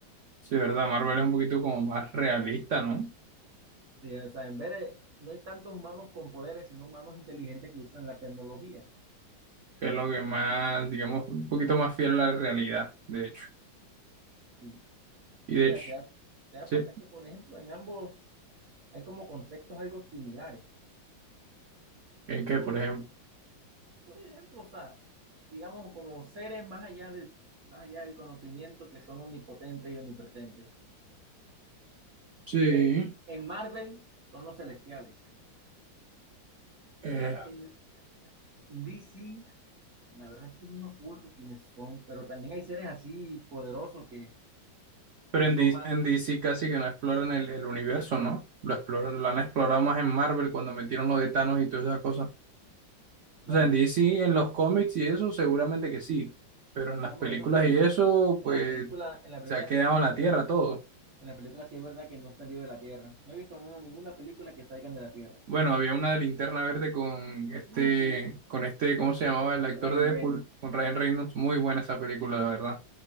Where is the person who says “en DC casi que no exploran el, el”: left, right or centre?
Right